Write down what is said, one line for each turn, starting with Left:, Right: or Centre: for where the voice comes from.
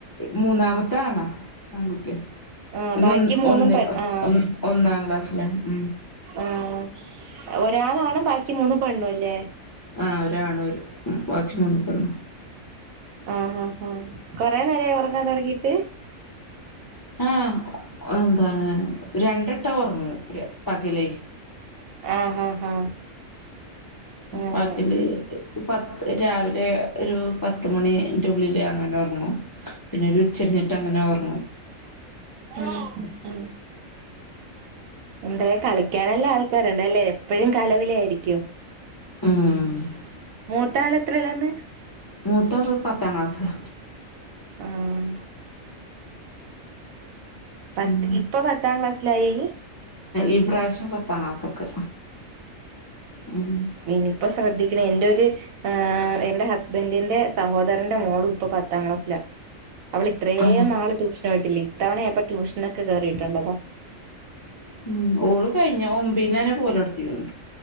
Left: മൂന്നാമത്തെ ആണാ ആൺകുട്ടിയ.
Right: ആഹ്
Left: പിന്നെ
Right: ബാക്കി
Left: ഒ
Right: മൂന്നും
Left: ഒന്നി
Right: പെ ആഹ്
Left: ഒന്ന് ഒന്നാം ക്ലാസ്സില മ്.
Right: ആഹ് ഒരാളാണ് ബാക്കി മൂന്ന് പെണ്ണുല്ലേ?
Left: ആ ഒരാണ് ബാക്കി മൂന്ന് പെണ്ണ്
Right: ആഹ ആ ഹാ കൊറെ നേരായി ഒറങ്ങാൻ തുടങ്ങിട്ട്?
Left: ആ ന്താണ് രണ്ടു വെട്ടം ഉറങ്ങും പകൽ.
Right: ആഹ് ആഹ് ആഹ്. ആഹ്
Left: പകല് പത്ത് രാവിലെ ഒരു പത്തുമണി ന്റെ ഉള്ളില് അങ്ങനെ ഒറങ്ങ പിന്നെ ഒരുച്ചതിരിഞ്ഞിട്ട്ങ്ങനെ ഒർ
Right: മ്മ് ന്തേ കളിക്കാനല്ല ആൾക്കാരുണ്ടല്ലേ എപ്പഴും കലപിലായിരിക്കും.
Left: മ്.
Right: മൂത്താൾ എത്രല്ലാന്ന്?
Left: മൂത്തോന് പത്താം ക്ലാസ്സില.
Right: ആഹ് പത്ത്
Left: മ്
Right: ഇപ്പൊ പത്താം ക്ലാസ്സിലായി
Left: ഈപ്രാവശ്യം പത്താം ക്ലാസ്സൊക്കെ ഉം
Right: ഇനിപ്പ ശ്രദ്ധിക്കണന്റെ ഒര് എന്റെ ഹസ്ബന്റിന്റെ സഹോദരന്റെ മോള് ഇപ്പം പത്താം ക്ലാസ്സിലാ. അവളിത്രേ
Left: ആഹ്
Right: നാള് ട്യൂഷനൊയിട്ടില്ല ഇത്തവണയപ്പൊ ട്യൂഷനൊക്കെ കേറിട്ടണ്ടതാ.
Left: മ് ഓള് കഴിഞ്ഞ ഒമ്പീന്നന്നെ പോലേടുത്തിന്ന്.